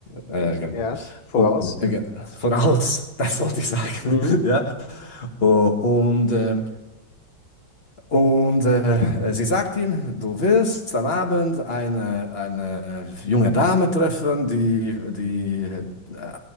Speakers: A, on the left (about 30°); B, on the left (about 85°).
A: äh,
B: ja,
A: genau.
B: ja, voraus.
A: Oh, äh, ge- voraus, <laughs> das wollte ich sagen,
B: Mhm.
A: <laughs> ja. Oh, und äh, Und äh, sie sagt ihm, du wirst am Abend eine, eine junge Dame treffen, die, die äh,